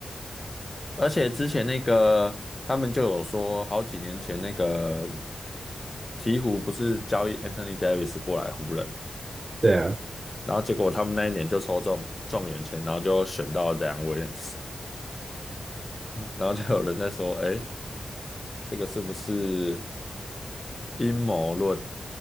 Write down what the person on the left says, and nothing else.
而且之前那个他们就有说，好几年前那个鹈鹕不是交易 Anthony Davis 过来湖人，
然后结果他们那一年就抽中状元签，然后就选到 Zion Williams，嗯然后就有人在说，哎，这个是不是阴谋论？